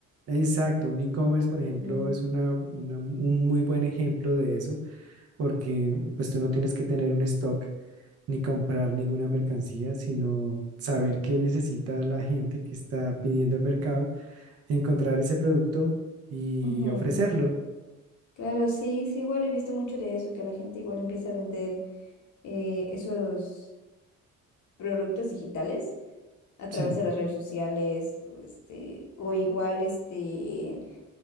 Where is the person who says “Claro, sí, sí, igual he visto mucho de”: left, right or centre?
Left